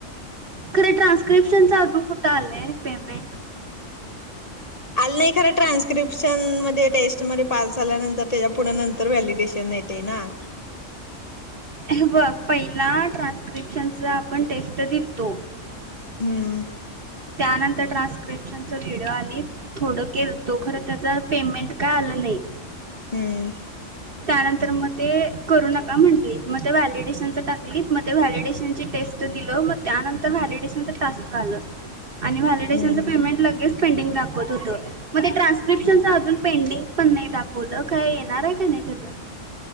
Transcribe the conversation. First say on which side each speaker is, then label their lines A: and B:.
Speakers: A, on the right; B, on the left.
A: खरं ट्रान्स्क्रिप्शन अजून कुठे आलंय पेमेंट.
B: आलं नाही खरं, ट्रान्स्क्रिप्शन मध्ये टेस्ट मध्ये पास झाल्यानंतर त्याच्या पुढे नंतर व्हॅलिडेशन येत तेना.
A: हे बघ, पहिला ट्रान्स्क्रिप्शनचा आपण टेस्ट दिलतो.
B: हम्म.
A: त्यानंतर ट्रान्स्क्रिप्शन च व्हिडिओ आलीत थोडं केलतो, खर त्याच पेमेंट काय आलं नाही.
B: हम्म.
A: त्यानंतर मग ते करू नका म्हटलीत, मग ते व्हॅलिडेशनच टाकलीत, मग ते व्हॅलिडेशनची टेस्ट दिलो, मग त्यानंतर व्हॅलिडेशनच टास्क आलं. आणि व्हॅलिडेशनचं
B: हम्म.
A: पेमेंट लगेच पेंडिंग दाखत होतं. मग ते ट्रान्स्क्रिप्शनच अजून पेंडिंग पण नाही दाखवलं, काय येणार आहे का नाही त्याचं?